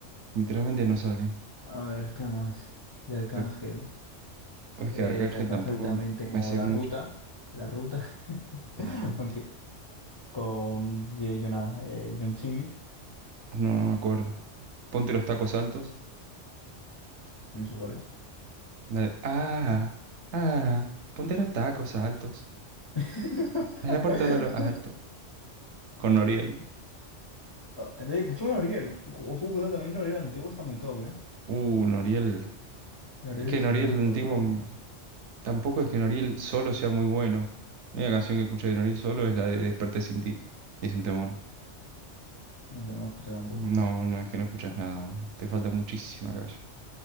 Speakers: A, on the right (about 70°); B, on the left (about 40°).
A: Literalmente no salen.
B: A ver, ¿qué más? De Arcángel.
A: Ar- Es
B: Eh,
A: que de Arcángel
B: de Arcángel
A: tampoco
B: también tengo
A: me sé
B: La
A: mucho.
B: Ruta. La Ruta. <laughs>
A: La ruta.
B: Aunque con Ye- Jonah, eh, John Chimmy.
A: No, no me acuerdo. Ponte los tacos altos.
B: No sé cuál es.
A: La de, ah, ah, ponte los tacos altos.
B: <laughs>
A: Me la puerta de lo alto. Con Noriel.
B: Ah, de- Con Oriel Ojo, cuidado, también Oriel antiguo está muy top, ¿eh?
A: Uh, Noriel.
B: Oriel
A: Es que
B: es
A: Noriel
B: muy
A: antiguo.
B: top también.
A: mm, Tampoco es que Noriel solo sea muy bueno. La única canción que escuché de Noriel solo es la de Desperté sin ti. Y es un temón.
B: No sé, no me escucha tampoco.
A: No, vos no es que no escuchas nada. vos. Te falta muchísima calle.